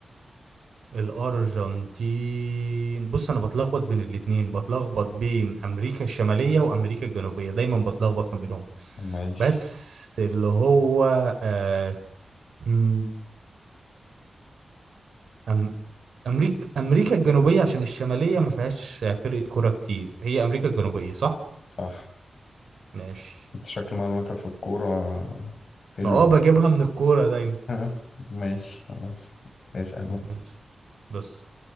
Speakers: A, on the right (about 75°); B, on the left (about 65°).
A: الأرجنتين بص أنا بتلخبط بين الاتنين بتلخبط بين أمريكا الشمالية وأمريكا الجنوبية دايما بتلخبط ما بينهم
B: ماشي
A: بس اللي هو آه مم، أم أمريكا أمريكا الجنوبية عشان الشمالية ما فيهاش فرقة كورة كتير هي أمريكا الجنوبية صح؟
B: صح
A: ماشي
B: انت شكل معلوماتك في الكورة حلوة
A: أنا أه بجيبها من الكورة دايما
B: <laughs> ماشي خلاص اسأل بقى
A: ماشي بص